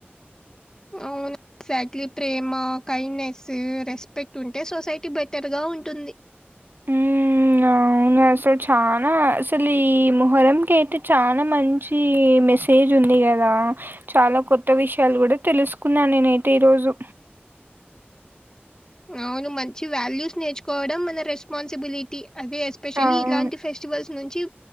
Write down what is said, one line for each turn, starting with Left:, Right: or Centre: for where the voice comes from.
Left: అవును ఎగ్జాక్ట్లీ ప్రేమ కైండ్నేస్ రెస్పెక్ట్ ఉంటే సొసైటీ బెటర్‌గా ఉంటుంది
Right: ఉమ్మ్ అవునా అసలు చానా అసలు ఈ ముహరం‌కి అయితే చానా మంచి మె సేజ్ ఉంది కదా చాలా కొత్త విషయాలు కూడా తెలుసుకున్నా నేనైతే ఈరోజు
Left: అవును మంచి వాల్యూస్ నేర్చుకోవడం మన రెస్పాన్సిబిలిటీ అది ఎస్పెషల్లీ
Right: అవును
Left: ఇలాంటి ఫెస్టివల్స్ నుంచి